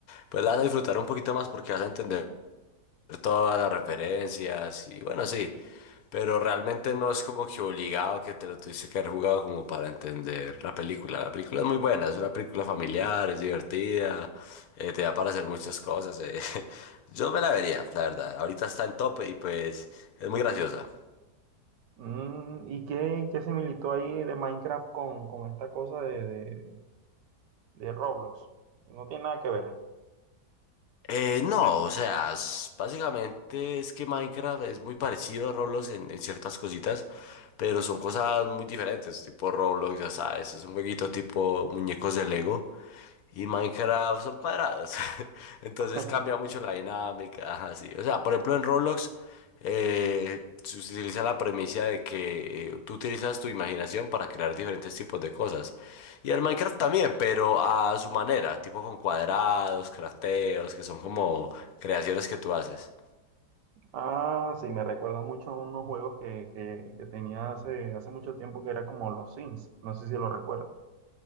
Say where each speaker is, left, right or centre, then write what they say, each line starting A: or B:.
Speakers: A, on the left; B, on the right.
A: pues la vas a disfrutar un poquito más porque vas a entender todas las referencias y, bueno, sí. Pero realmente no es como que obligado que te lo tuviste que haber jugado como para entender la película. La película es muy buena, es una película familiar, es divertida, eh, te da para hacer muchas cosas. eh. <laughs> Yo me la vería, la verdad. Ahorita está en top y pues es muy graciosa.
B: Mm, ¿y qué, qué similitud hay de Minecraft con, con esta cosa de, de- de Roblox? No tiene nada que ver.
A: Eh, no, o sea, es- básicamente es que Minecraft es muy parecido a Roblox en, en ciertas cositas, pero son cosas muy diferentes, tipo Roblox, ya sabes, es un jueguito tipo muñecos de Lego. Y Minecraft son cuadrados. <laughs> Entonces
B: <laughs>
A: cambia mucho la dinámica. Ajá, sí. O sea, por ejemplo, en Roblox eh, se utiliza la premisa de que eh, tú utilizas tu imaginación para crear diferentes tipos de cosas. Y en Minecraft también, pero a su manera, tipo con cuadrados, crafteos, que son como creaciones que tú haces.
B: Ah, sí, me recuerda mucho a unos juegos que, que- que tenía hace, hace mucho tiempo que era como los Sims. No sé si lo recuerdo.